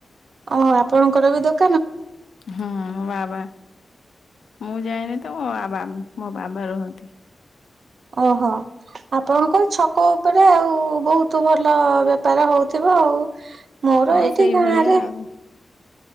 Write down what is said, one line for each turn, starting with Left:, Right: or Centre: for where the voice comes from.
Right: ଓ ଆପଣଙ୍କର ବି ଦୋକା
Left: ହୁଁ ବାବା ମୁଁ ଯାଇନି ତ ମୋ ବାବା ମୋ ବାବା ରୁହନ୍ତି।
Right: ଓହୋ ଆପଣଙ୍କ ଛକ ଉପରେ ଆଉ ବହୁତ ଭଲ ବେପାର ହଉଥିବ ଆଉ। ମୋର
Left: ହଁ
Right: ଏଇଠି
Left: ସେଇଭଳିଆ
Right: ଗାଁ ରେ
Left: ଆଉ